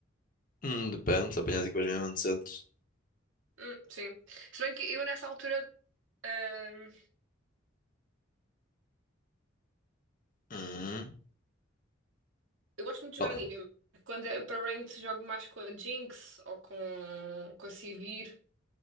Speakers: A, on the left (about 45°); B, on the right (about 75°).
A: Hum, depende, se apanhas equipas mesmo decentes.
B: Hum, sim. Se bem que eu, nessa altura, eh,
A: Hum.
B: eu gosto muito de jogar
A: Oh.
B: a Nívea. Quando é para ranked, jogo mais com a Jinx ou com, com a Sivir